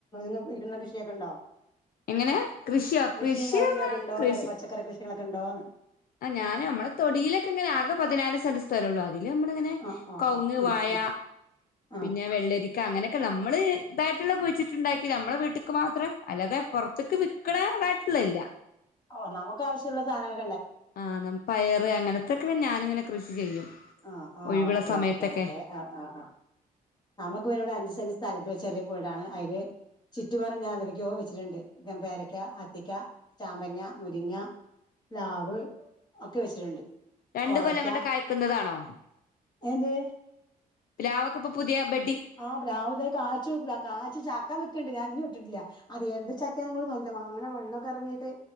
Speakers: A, on the left; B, on the left.
A: നി ഇടുന്ന കൃഷിയൊക്കെ ഉണ്ടോ
B: എങ്ങനെ കൃഷിയോ
A: കൃഷിയും
B: കൃഷിയെന്നാ
A: കാര്യങ്ങളൊക്കെ ഉണ്ടോ
B: കൃഷി
A: പറയ് പച്ചക്കറി കൃഷികളൊക്കെ ഉണ്ടോന്ന്
B: ആ ഞാന് നമ്മളെ തൊടിയിലൊക്കെ ഇങ്ങനെ ആകെ പതിനാല് സെന്റ് സ്ഥലോള്ളു അ അതില് നമ്മളിങ്ങനെ
A: ആ ആ
B: കവുങ്ങ്,
A: ആ ഉം
B: വായ
A: ഉം ആ
B: പിന്നെ വെള്ളരിക്ക അങ്ങനെയൊക്കെ നമ്മള് ഇതായിട്ടുള്ള കുഴിച്ചിട്ടുണ്ടാക്കി നമ്മളെ വീട്ടക്ക് മാത്രേ അല്ലാതെ പൊറത്തേക്ക് വിക്കണ ഇതായിട്ടുള്ള ഇല്ല
A: ഓ നമുക്ക് ആവശ്യവുള്ള സധനങ്ങ
B: ആ ന പയറ് അങ്ങനത്തൊക്കെ ഞാനിങ്ങനെ കൃഷി ചെയ്യും
A: ആഹ് ആഹ്
B: ഒഴിവുള്ള
A: ഓക്കെ
B: സമയത്തൊക്കെ
A: ഓക്കെ ഓക്കെ ആഹ് ആഹ് ആഹ് നമുക്ക് പിന്നെ ഇവിടെ അഞ്ചുസെന്റ് സ്ഥലത്ത് ചെറിയ വീടാണ് അതില് ചുറ്റുപാറും ഞാൻ എന്തൊക്കെയോ വെച്ചിട്ടുണ്ട് പേരക്ക, ആത്തക്ക ചാമ്പങ്ങ, മുരിങ്ങ പ്ലാവ് ഒക്കെ വെച്ചിട്ടുണ്ട്
B: രണ്ട്
A: കോവയ്ക്ക
B: കൊല്ലം കൊണ്ട് കായ്ക്കുന്നതാണോ
A: എന്ത്
B: പ്ലാവോക്കെ ഇപ്പൊ പുതിയ ബ
A: ആ പ്ലാവ് ദേ കായ്ച്ച് പ്ലാ കായ്ച്ച് ചക്ക നിക്കൊണ്ട് <unintelligible> അത് എന്ത് ചക്കേയാന്നും കൂടി നോക്കില്ലാ അങ്ങനെ വെള്ളമൊക്കെ ഇറങ്ങീട്ട്